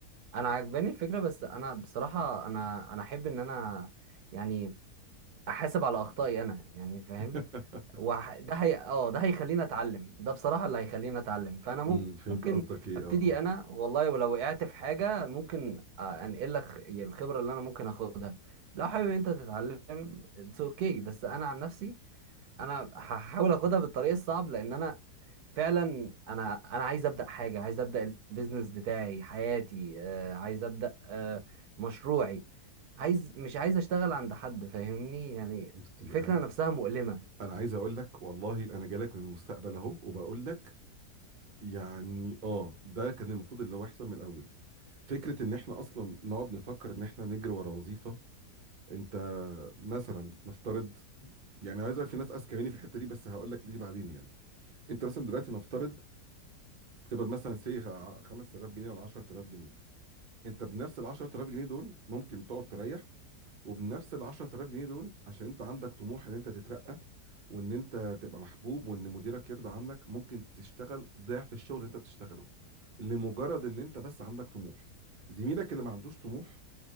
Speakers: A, on the right (about 70°); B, on the right (about 40°).
A: انا عجباني الفكرة بس انا بصراحة انا انا احب ان انا يعني احاسب على اخطائي انا يعني فاهم
B: <laughs>
A: وح... ده هي اه ده هيخليني اتعلم ده بصراحة اللي هيخليني اتعلم فانا مم-
B: امم فهمت
A: ممكن
B: قصدك ايه
A: ابتدي
B: اه اه
A: انا والله ولو وقعت في حاجة ممكن آه، انقل لك الخبرة اللي انا ممكن اخدها لو حابب انت تتعلم اتس اوكي بس انا عن نفسي انا هحاول اخدها بالطريق الصعب لان انا فعلا انا انا عايز ابدا حاجه عايز ابدا البيزنس بتاعي حياتي آه، عايز ابدا آه، مشروعي عايز مش عايز اشتغل عند حد فاهمني يعني
B: نفسي
A: الفكره
B: انا
A: نفسها مؤلمه
B: انا عايز اقول لك والله انا جالك من المستقبل اهو وبقول لك يعني اه ده كان المفروض اللي هو يحصل من الاول فكره ان احنا اصلا نقعد نفكر ان احنا نجري ورا وظيفه انت مثلا نفترض يعني عايز اقولك في ناس اذكى مني في الحته دي بس هقول لك ليه بعدين يعني انت مثلا دلوقتي نفترض تقبض مثلا سي 5000 جنيه ولا 10000 جنيه انت بنفس ال 10000 جنيه دول ممكن تقعد تريح وبنفس ال 10000 جنيه دول عشان انت عندك طموح ان انت تترقى وان انت تبقى محبوب وان مديرك يرضى عنك ممكن تشتغل ضعف الشغل اللي انت بتشتغله لمجرد ان انت بس عندك طموح زميلك اللي ما عندوش طموح